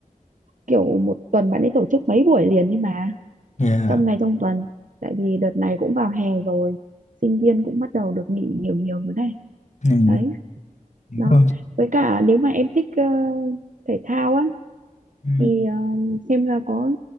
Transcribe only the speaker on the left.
Dạ.
Ừ.
Vâng.
Ừ.